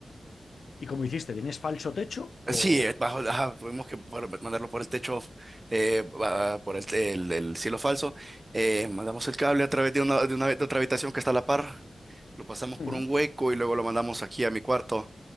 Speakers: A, on the left (about 80°); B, on the right (about 25°).
A: ¿y cómo hiciste? ¿Tienes falso techo?
B: Sí,
A: O.
B: eh, bajo, ajá, tuvimos que bueno, mandarlo por el techo, eh, va- por el, el, el cielo falso. Eh, mandamos el cable a través de una, de una, de otra habitación que está a la par. Lo pasamos por
A: Mm,
B: un hueco y luego lo mandamos aquí a mi cuarto.